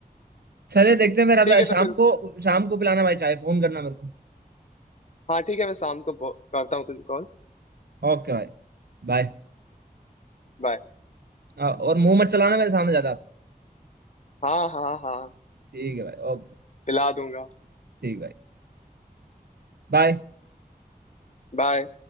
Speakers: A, on the right (about 85°); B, on the left (about 45°).
A: चले देखते हैं मेरा भाई,
B: ठीक है
A: शाम
B: तो फिर
A: को शाम को पिलाना भाई चाय फोन करना मेरे को
B: हाँ ठीक है मैं शाम को बो- करता हूँ तुझे call।
A: ओके भाई बाय
B: बाय
A: और मुंह मत चलाना मेरे सामने ज्यादा आप
B: हाँ हाँ हाँ
A: ठीक है भाई ओके
B: खिला दूंगा
A: ठीक भाई बाय
B: बाय